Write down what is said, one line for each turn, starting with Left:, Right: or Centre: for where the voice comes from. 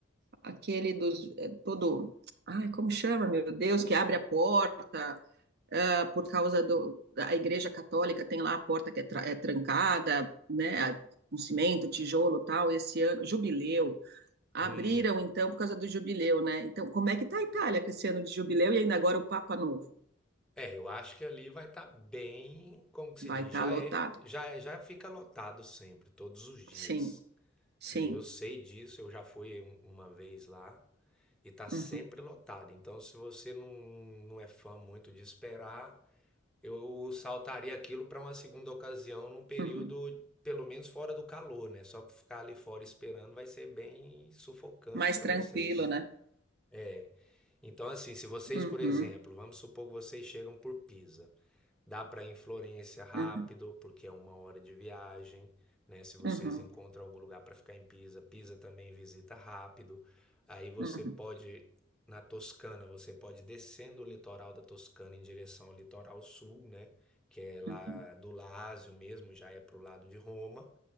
Right: aquele dos, é, todo, ai, como chama, meu Deus, que abre a porta, ah, por causa do, da Igreja Católica tem lá a porta que é, tra- é trancada, né? Com cimento, tijolo, tal, esse ano, jubileu, abriram
Centre: Hum.
Right: então por causa do jubileu, né? Então, como é que está a Itália com esse ano de jubileu e ainda agora o Papa Novo?
Centre: É, eu acho que ali vai estar bem, como que se
Right: Vai
Centre: diz,
Right: estar
Centre: já
Right: lotado.
Centre: é, já é- já fica lotado sempre, todos os dias,
Right: Sim, sim.
Centre: né? Eu sei disso, eu já fui um- uma vez lá. E tá sempre
Right: Uhum,
Centre: lotado. Então, se você não, não é fã muito de esperar, eu saltaria aquilo para uma segunda ocasião num período,
Right: uhum.
Centre: pelo menos fora do calor, né? Só para ficar ali fora esperando vai ser bem sufocante
Right: Mais
Centre: para
Right: tranquilo,
Centre: vocês.
Right: né?
Centre: É. Então, assim, se vocês,
Right: Uhum,
Centre: por exemplo, vamos supor que vocês chegam por Pisa. Dá para ir em Florença rápido,
Right: uhum,
Centre: porque é uma hora de viagem, né? Se vocês
Right: uhum,
Centre: encontram algum lugar para ficar em Pisa, Pisa também visita rápido. Aí você
Right: uhum,
Centre: pode na Toscana, você pode ir descendo o litoral da Toscana em direção ao litoral sul, né? Que é lá
Right: uhum,
Centre: do Lácio mesmo, já é pro lado de Roma.